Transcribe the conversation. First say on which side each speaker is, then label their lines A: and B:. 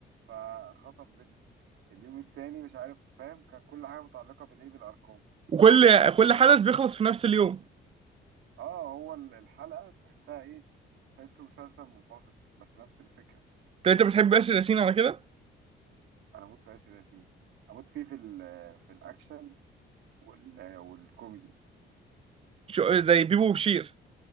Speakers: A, on the right; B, on the right.
A: فخطف بنته اليوم التاني مش عارف فاهم كان كل حاجه متعلقه بالايه بالارقام
B: وكل كل حدث بيخلص في نفس اليوم
A: اه هو ال- الحلقه تحسها ايه تحسه مسلسل منفصل بس نفس الفكره
B: طب انت بتحب ياسر ياسين على كده
A: انا اموت في ياسر ياسين اموت فيه في ال في الاكشن وال والكوميدي
B: شو- زي بيبو وبشير